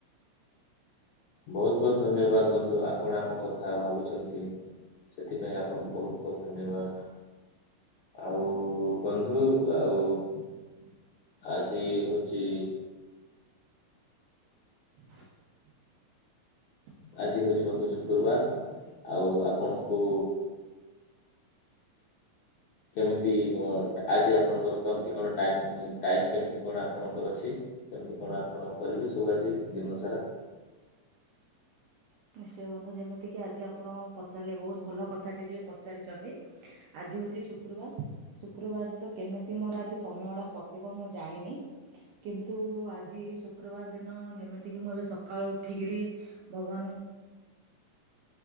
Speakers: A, on the left; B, on the right.
A: ବହୁତ ବହୁତ ଧନ୍ୟବାଦ ବନ୍ଧୁ ଆପଣ ଆମ କଥା ଭାବୁଛନ୍ତି। ସେଥିପାଇଁ ଆପଣଙ୍କୁ ବହୁତ ବହୁତ ଧନ୍ୟବାଦ। ଆଉ ବନ୍ଧୁ ଆଉ
B: ସ୍ପଷ୍ଟ ଶୁଭୁନି।
A: ଆଜି ହଉଛି
B: ?
A: ଆଜି ହଉଛି ବନ୍ଧୁ ଶୁକ୍ରୁବାର ଆଉ ଆପଣଙ୍କୁ କେମିତି କଁ ଆଜି ଆପଣଙ୍କର କେମତି କଣ ଟାଇମ୍ ଟାଇମ୍ କେମିତି କଣ ଆପଣଙ୍କର ଅଛି? କେମତି କଣ ଆପଣ କରିବେ ସବୁ ଆଜି ଦିନ ସାରା।
B: ? ନିଶ୍ଚନ୍ତ ବନ୍ଧୁ ଯେମିତିକି ଆଜି ଆପଣ ପଚାରିଲେ ବହୁତ ଭଲ କଥା ଟେ ଟିକେ ପଚାରିଚନ୍ତି ଆ ଆଜି ହେଉଛି ଶୁକ୍ରବାର ଶୁକ୍ରବାର ତ କେମିତି ମୋର ଆଜି ସମୟଟା କଟିବ ମୁଁ ଜାଣିନା କିନ୍ତୁ ଆଜି ଶୁକ୍ରବାର ଦିନ ଯେମିତିକି ମୁଁ ଏବେ ସକାଳୁ ଉଠିକିରି ଭଗବାନଙ୍କୁ